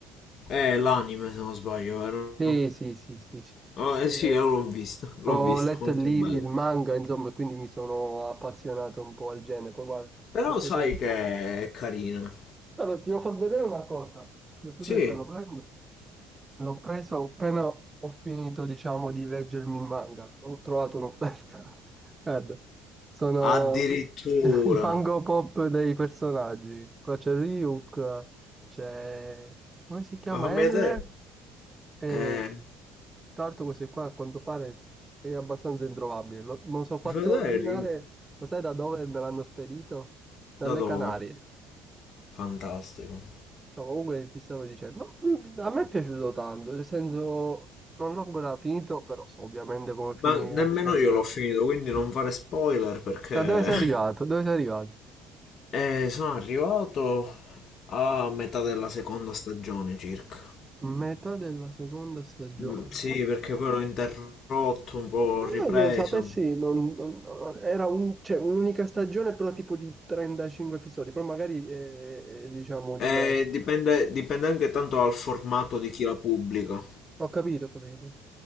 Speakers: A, on the left; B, on the right.
A: Eh, l'anime se non sbaglio, vero?
B: Sì, sì, sì, sì, sì. sì.
A: Oh, eh
B: Eh,
A: sì, eh, l'ho visto, l'ho
B: ho
A: visto,
B: letto
A: molto
B: il, li-
A: bello.
B: il manga, insomma, e quindi mi sono appassionato un po' al genere. Poi guarda,
A: Però
B: ho preso...
A: sai che è carina.
B: Allora, ti devo far vedere una cosa. Ti ho detto,
A: Sì,
B: te lo prendo. L'ho preso appena ho finito, diciamo, di leggermi il manga. Ho trovato un'offerta. <laughs> Guarda, sono
A: addirittura.
B: i <laughs> fango pop dei personaggi. Qua c'è Ryuk, c'è... come si chiama?
A: Ma fammi vedere.
B: L. E
A: Eh, mi
B: tra l'altro questo qua a quanto pare è abbastanza introvabile. Lo- me lo sono fatto
A: fai vedere
B: ordinare,
A: il review.
B: lo sai da dove me l'hanno spedito? Dalle
A: Da dove?
B: Canarie.
A: Fantastico.
B: No, comunque ti stavo dicendo, no, a me è piaciuto tanto, nel senso, non l'ho ancora finito, però so ovviamente come finirà
A: Ma nemmeno
B: la storia.
A: io l'ho finito, quindi non fare spoiler perché...
B: Da dove sei
A: <laughs>
B: arrivato? Dove sei arrivato?
A: E sono arrivato a metà della seconda stagione circa.
B: Metà della seconda stagione.
A: Mm, Sì, perché poi l'ho interrotto, un po' ho
B: Non
A: ripreso.
B: che sapessi, non- non- era un- cioè, un'unica stagione, però tipo di 35 episodi, però magari è, è, diciamo diverso.
A: E dipende, dipende anche tanto dal formato di chi la pubblica.
B: Ho capito, ho capito.